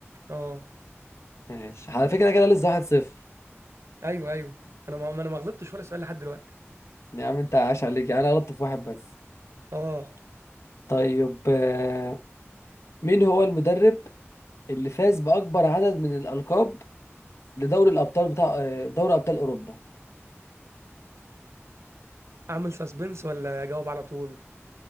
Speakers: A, on the right (about 70°); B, on the left (about 70°).
A: اه
B: ماشي على فكره كده لسه 1-0
A: ايوه ايوه انا ما ما- انا ما غلطتش ولا سؤال لحد دلوقتي
B: يا عم انت عاش عليك يعني انا غلطت في واحد بس
A: اه
B: طيب آه، مين هو المدرب اللي فاز باكبر عدد من الالقاب لدوري الابطال بتاع آه، دوري ابطال اوروبا
A: اعمل سسبنس ولا اجاوب على طول